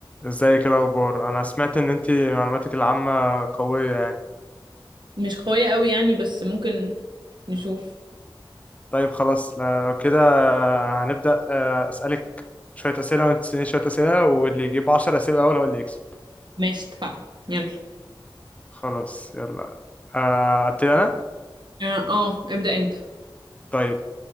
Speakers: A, on the left; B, on the right.
A: ازيك إيه الاخبار انا سمعت ان انت معلوماتك العامة قوية يعني
B: مش قوية قوي يعني بس ممكن نشوف
A: طيب خلاص لو كده آه، هنبدأ آه، اسألك شوية اسئلة وانت تسأليني شوية اسئلة واللي يجيب 10 اسئلة الاول هو اللي يكسب
B: ماشي اتفقنا يلا
A: خلاص يلا آه، ابتدي انا
B: اه آه، ابدأ انت
A: طيب